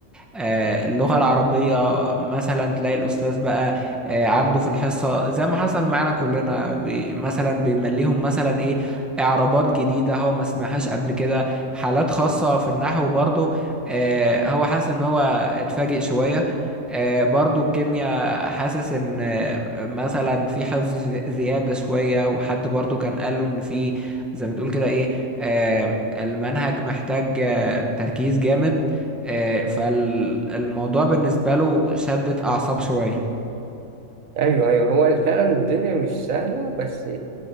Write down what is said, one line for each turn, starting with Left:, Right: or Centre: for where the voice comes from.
Centre: آه، اللغة العربية مثلا تلاقي الأستاذ بقى آه، عنده في الحصة زي ما حصل معانا كلنا بي مثلا بيمليهم مثلا إيه إعرابات جديدة هو ما سمعهاش قبل كده حالات خاصة في النحو برضو آه، هو حاسس إن هو اتفاجئ شوية آه، برضو الكيمياء حاسس ان آه، مثلا في حفظ زي- زيادة شوية وحد برضو كان قال له ان في زي ما تقول كده ايه آه، المنهج محتاج آه، تركيز جامد آه، فالموضوع بالنسبة له شدة أعصاب شوية
Right: أيوه أيوه هو فعلا الدنيا مش سهلة بس